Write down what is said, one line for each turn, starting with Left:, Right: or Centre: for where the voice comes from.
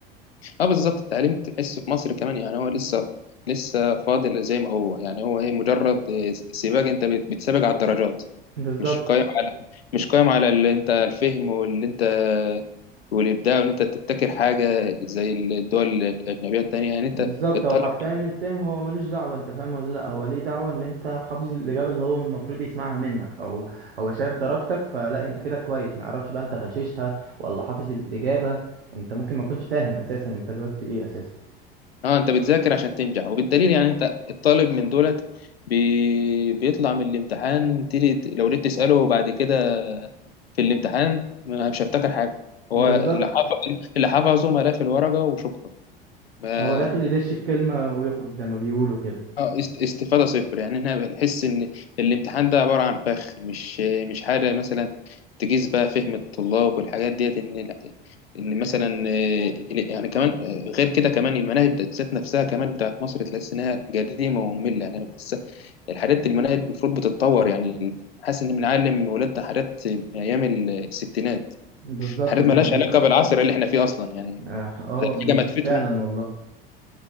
Left: اه بالظبط التعليم تحسه في مصر كمان يعني هو لسه لسه فاضل زي ما هو يعني هو ايه مجرد إيه سباق انت بت- بتسابق على الدرجات
Right: بالظبط
Left: مش قايم على مش قايم على اللي انت الفهم واللي انت والابداع وان انت تبتكر حاجه زي الدول الاجنبيه التانيه يعني انت
Right: بالظبط
Left: الطالب
Right: هو حرفيا الفهم هو ملوش دعوة انت فاهم ولا لا هو ليه دعوة ان انت حافظ الإجابة اللي هو المفروض يسمعها منك او هو شايف درجتك فلا انت كده كويس ما يعرفش بقى انت غششها ولا حافظ الإجابة انت ممكن ما تكونش فاهم اساسا انت جاوبت ايه اساسا
Left: اه انت بتذاكر عشان تنجح وبالدليل يعني انت الطالب من دولت بي... بيطلع من الامتحان تيجي لو جيت تسأله بعد كده في الامتحان ما- مش هفتكر حاجة هو
Right: بالظبط
Left: اللي حافظ اللي حافظه ملف الورقة وشكرا ما
Right: هو داخل يدش الكلمة ويخرج زي ما بيقولوا كده
Left: اه است- استفادة صفر يعني احنا بنحس ان الامتحان ده عبارة عن فخ مش مش حاجة مثلا تقيس بقى فهم الطلاب والحاجات ديت ان ان مثلا آه، يعني كمان آه، غير كده كمان المناهج ذات نفسها كمان بتاعت مصر تحس انها قديمة ومملة يعني بس الحاجات المناهج المفروض بتتطور يعني حاسس ان بنعلم ولادنا حاجات من ايام الستينات
Right: بالظبط
Left: حاجات
Right: دي
Left: مالهاش
Right: حقيقي
Left: علاقة بالعصر اللي احنا فيه اصلا يعني
Right: اه ح- اه، ب-
Left: حاجة ما تفيدهم
Right: فعلا والله